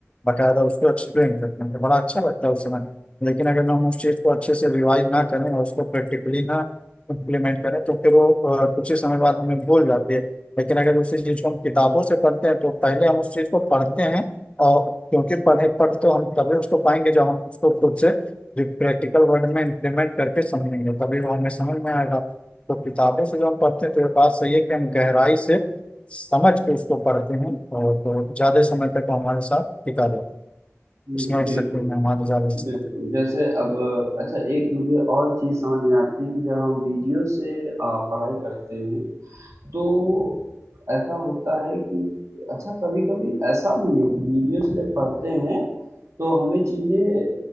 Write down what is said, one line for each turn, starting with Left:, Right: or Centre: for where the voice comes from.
Left: बकायदा उसको एक्सप्लेन करते हैं तो बड़ा अच्छा लगता है उस समय लेकिन अगर हम उस चीज को अच्छे से रिवाइज ना करें और उसको प्रैक्टिकली ना इम्प्लीमेंट करें तो फिर वो अ, कुछ ही समय बाद हमें भूल जाती है लेकिन अगर उसी चीज को हम किताबों से पढ़ते हैं तो पहले हम उस चीज को पढ़ते हैं और क्योंकि पढ़े पढ़ तो हम तभी उसको पाएंगे जब हम उसको खुद से प्रैक्टिकल वर्ड में इम्प्लीमेंट करके समझेंगे तभी वो हमें समझ में आएगा तो किताबों से जब हम पढ़ते हैं तो ये बात सही है कि हम गहराई से समझ के उसको पढ़ते हैं और तो ज्यादा समय तक वो हमारे साथ टिका रहता है
Right: हम्म,
Left: इसमें
Right: बिल्कुल
Left: शक्ति में हमारे ज्यादा समय
Right: बिल्कुल
Left: तक
Right: जैसे अब अच्छा एक मुझे और चीज़ समझ में आती है कि जब हम वीडियो से आ, पढ़ाई करते हैं तो ऐसा होता है कि अच्छा कभी कभी ऐसा भी है कि वीडियो से जब पढ़ते हैं तो हमें चीज़ें